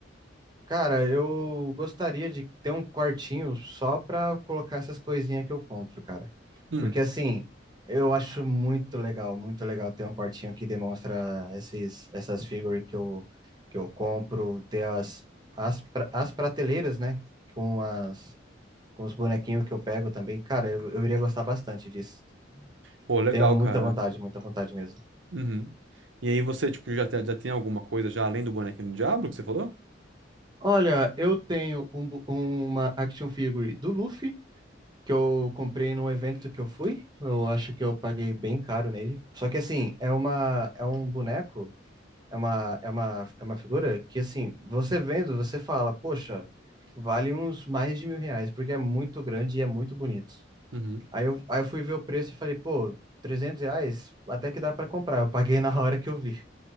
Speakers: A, on the right (about 25°); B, on the right (about 80°).
A: Cara, eu gostaria de ter um quartinho só pra colocar essas coisinhas que eu compro, cara.
B: Hum.
A: Porque assim, eu acho muito legal, muito legal ter um quartinho que demonstra esses, essas figuras que eu, que eu compro, ter as, as, pra- as prateleiras, né? Com as, com os bonequinhos que eu pego também. Cara, eu, eu iria gostar bastante disso.
B: Pô,
A: Eu
B: legal,
A: tenho muita
B: cara.
A: vontade, muita vontade mesmo.
B: Uhum. E aí você, tipo, já, te- já tem alguma coisa já além do bonequinho do Diablo que você falou?
A: Olha, eu tenho um bu- uma action figure do Luffy, que eu comprei num evento que eu fui. Eu acho que eu paguei bem caro nele. Só que assim, é uma, é um boneco, é uma, é uma, é uma figura que assim, você vendo, você fala, poxa, vale uns mais de mil reais, porque é muito grande e é muito bonito.
B: Uhum.
A: Aí eu, aí eu fui ver o preço e falei, pô, 300 reais, até que dá pra comprar. Eu paguei na hora que eu vi.